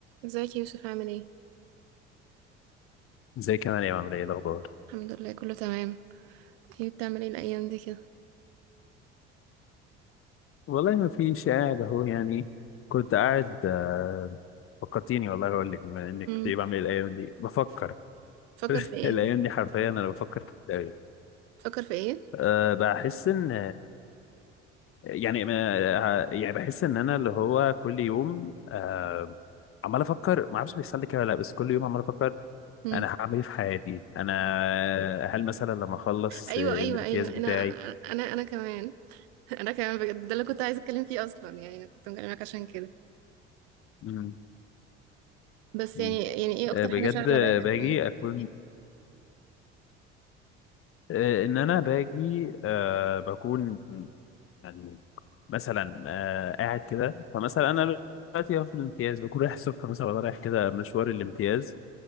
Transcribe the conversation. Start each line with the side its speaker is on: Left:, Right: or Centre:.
Right: ازيك يا يوسف عامل ايه
Left: زي كمان يا عامل ايه الاخبار
Right: الحمد لله كله تمام ايه بتعمل ايه الايام دي كده
Left: والله ما فيش قاعد اهو يعني كنت قاعد آه، فكرتيني والله اقول لك بما انك
Right: امم
Left: ايه بعمل إيه الايام دي بفكر
Right: تفكر
Left: <laughs>
Right: في ايه
Left: الايام دي حرفيا انا بفكر في التأويل.
Right: تفكر في ايه
Left: أه بحس ان يعني ما- يعني بحس ان انا اللي هو كل يوم أه عمال افكر ما اعرفش بيحصل لي كده ولا لا بس كل يوم عمال افكر
Right: امم
Left: انا هعمل ايه في حياتي انا هل مثلا لما اخلص
Right: ايوه
Left: الامتياز
Right: ايوه ايوه
Left: بتاعي
Right: انا انا انا كمان <laughs> انا كمان بجد ده اللي كنت عايزه اتكلم فيه اصلا يعني انا كنت مكلمك عشان كده
Left: مم.
Right: بس
Left: مم.
Right: يعني يعني ايه اكتر
Left: آه، بجد
Right: حاجه شاغله بالك
Left: باجي
Right: يعني
Left: اكون آه، ان انا باجي آه، بكون يعني مثلا آه، قاعد كده فمثلا انا دلوقتي أهو في الامتياز بكون رايح الصبح مثلا وأنا رايح كده مشوار الامتياز